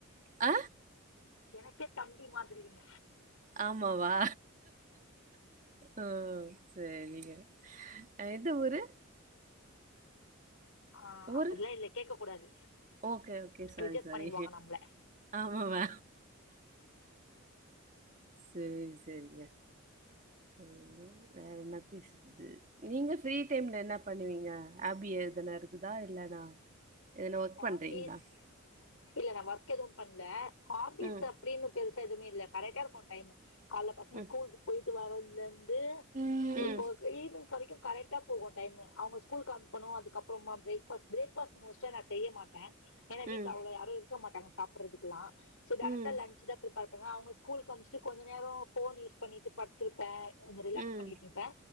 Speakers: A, on the right; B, on the left.
A: அ
B: எனக்கே தம்பி மாதிரின்ன
A: ஆமாவா ஓ சேரிங்க அ எந்த ஊரு
B: ஆ
A: ஊரு?
B: அப்டில்லா இதுல கேக்க கூடாது
A: okay, okay. Sorry,
B: reject
A: sorry.
B: பண்ணிருவாங்க நம்ள
A: ஆமாவா சேரி சேரிங்க ம் வேற என்ன பேசு நீங்க ஃப்ரீ டைம்ல என்ன பண்ணுவீங்க ஆபி எதனா இருக்குதா இல்லனா எதனா ஒர்க்
B: ஹாபீஸ்
A: பண்றீங்களா?
B: இல்ல நா ஒர்க் எதும் பண்ல ஹாபீஸ்
A: ம்.
B: அப்டின்னு பெருசா எதுவுமே இல்ல கரெக்டா இருக்கூ டைமு கால்ல பசங்க
A: ம்.
B: ஸ்கூலுக்கு போய்ட்டு வரதுல இருந் து
A: ம்.
B: இப்போ ஈவினிங் வரைக்கு கரெக்டா போகு டைம்மு அவுங்க ஸ்கூல்க்கு அனுப்பனு அதுக்கப்புறமா பிரேக் ஃபாஸ்ட் பிரேக் ஃபாஸ்ட் மோஸ்ட்டா நா செய்ய மாட்டே ஏன்னா வீட்ல
A: ம்.
B: அவ்ளோ யாரு இருக்க மாட்டாங்க சாப்ட்றதுக்குல்லா சோ டேரக்டா
A: ம்.
B: லஞ்சு தா பிரிப்பேர் ஏன்னா அவுங்க ஸ்கூல்க்கு அனுப்சிட்டு கொஞ்ச நேரோ ஃபோன் யூஸ் பண்ணிட்டு படுத்திருப்பே கொஞ்சோ ரிலாக்ஸ்
A: ம்
B: பண்ணிட்டிருப்பே